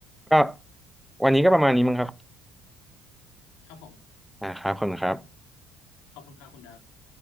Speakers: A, in the centre; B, on the left (about 80°).
A: ก็วันนี้ก็ประมาณนี้มั้งครับ
B: ครับผม
A: อ่าครับขอบคุณครับ
B: ขอบคุณครับคุณดับ